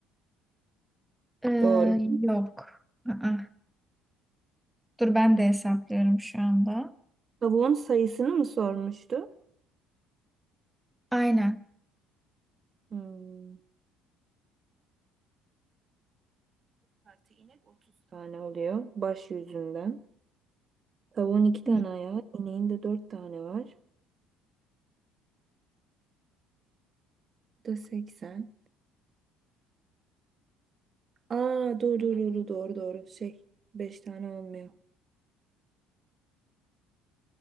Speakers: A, in the centre; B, on the right.
A: Ee,
B: Doğru.
A: yok. Aa, dur ben de hesaplıyorum şu anda.
B: Tavuğun sayısını mı sormuştu?
A: Aynen.
B: Hmm. Artı inek 30 tane oluyor baş yüzünden. Tavuğun iki tane
A: Hmm.
B: ayağı, ineğin de dört tane var. da 80. Aa doğru doğru doğru doğru. Şey 5 tane olmuyor.